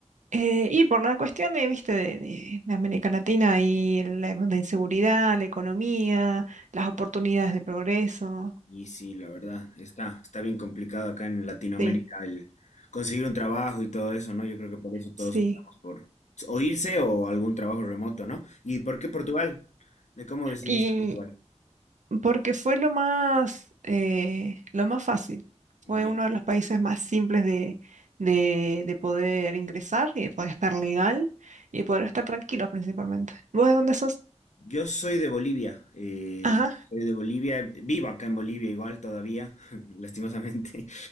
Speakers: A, on the right; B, on the left.
A: eh, y por la cuestión, eh, viste, de, de- de América Latina y la, la inseguridad, la economía, las oportunidades de progreso.
B: Y sí, la verdad, está, está bien complicado acá en Latinoamérica
A: Sí,
B: el conseguir un trabajo y todo eso, ¿no? Yo creo que por eso todos
A: sí.
B: optamos por o irse o algún trabajo remoto, ¿no? ¿Y por qué Portugal? ¿De cómo decidiste
A: Y
B: Portugal?
A: Porque fue lo más, eh, lo más fácil.
B: Ya.
A: Fue uno de los países más simples de, de, de poder ingresar y de poder estar legal y poder estar tranquilo principalmente. ¿Vos de dónde sos?
B: Yo soy de Bolivia, eh,
A: Ajá.
B: soy de Bolivia, vivo acá en Bolivia igual todavía, <laughs> lastimosamente,